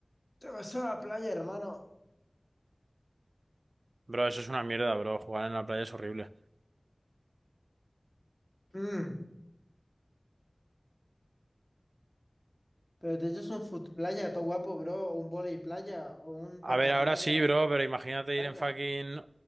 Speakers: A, on the left; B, on the right.
A: te vas a la playa, hermano.
B: Bro, eso es una mierda, bro. Jugar en la playa es horrible.
A: Mm. Pero te echas un foot playa, todo guapo, bro, o un volei playa, o un patea
B: A ver, ahora
A: playa,
B: sí, bro, pero imagínate
A: playa,
B: ir en fucking